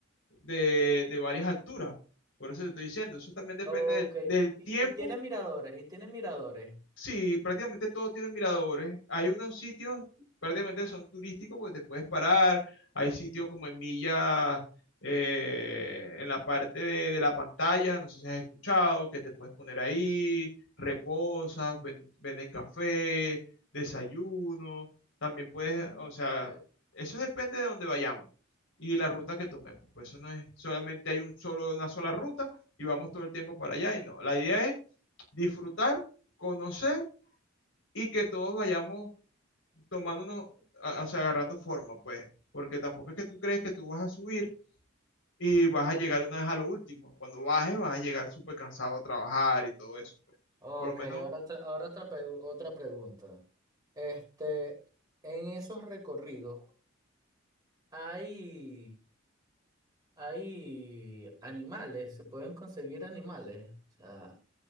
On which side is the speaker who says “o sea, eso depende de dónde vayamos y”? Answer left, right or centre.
Left